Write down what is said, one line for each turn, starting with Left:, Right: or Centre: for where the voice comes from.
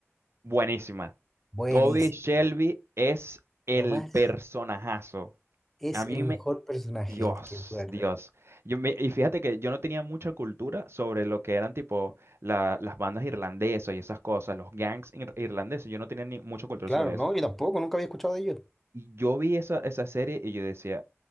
Right: Buenísima.
Centre: Buenísima.
Right: Toby Shelby es el
Centre: Tomás
Right: personajazo.
Centre: es
Right: A
Centre: el
Right: mí me...
Centre: mejor personaje
Right: Dios,
Centre: que puede haber
Right: Dios.
Centre: tenido.
Right: Yo me- y fíjate que yo no tenía mucha cultura sobre lo que eran tipo la- las bandas irlandesas y esas cosas, los gangs ir- irlandeses. Yo no tenía ni mucha cultura
Centre: Claro,
Right: sobre
Centre: no,
Right: eso.
Centre: yo tampoco, nunca había escuchado de ellos.
Right: Y yo vi esa, esa serie y yo decía,